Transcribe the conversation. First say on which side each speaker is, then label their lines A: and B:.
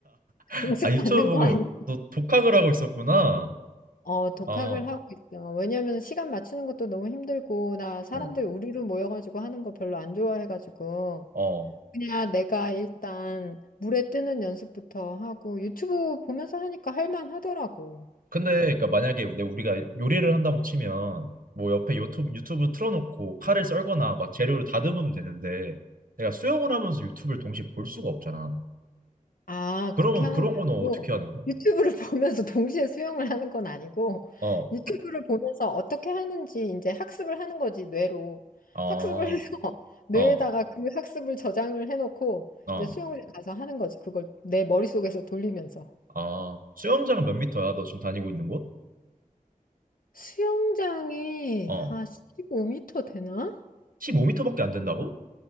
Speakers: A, on the right (about 75°); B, on the left (about 75°).
A: <laughs>
B: 강습
A: 아, 유튜브
B: 받는
A: 보고
B: 거 아니야.
A: 너 독학을 하고 있었구나.
B: 어, 독학을
A: 어,
B: 하고 있어. 왜냐면 시간 맞추는 것도 너무 힘들고, 나 사람들
A: 어,
B: 우리로 모여가지고 하는 거 별로 안 좋아해가지고,
A: 어.
B: 그냥 내가 일단 물에 뜨는 연습부터 하고, 유튜브 보면서 하니까 할만하더라고.
A: 근데
B: 응.
A: 그러니까 만약에 내 우리가 요리를 한다고 치면 뭐 옆에 유튜브 유튜브 틀어놓고 칼을 썰거나 막 재료를 다듬으면 되는데 내가 수영을 하면서 유튜브를 동시에 볼 수가 없잖아.
B: 아,
A: 그러면
B: 그렇게 하는
A: 그런
B: 게
A: 거는
B: 아니고,
A: 어떻게 하는 거야?
B: 유튜브를 <laughs> 보면서 동시에 수영을 하는 건 아니고,
A: 어,
B: 유튜브를 보면서 어떻게 하는지 이제 학습을 하는 거지, 뇌로.
A: 아,
B: 학습을 해서 <laughs> 뇌에다가
A: 어,
B: 그 학습을 저장을 해놓고,
A: 어,
B: 이제 수영장 가서 하는 거지. 그걸 내 머릿속에서 돌리면서.
A: 아. 수영장은 몇 미터야? 너 지금 다니고 있는 곳?
B: 수영장이
A: 어,
B: 한 1 5터 되나?
A: 15미터밖에 안 된다고?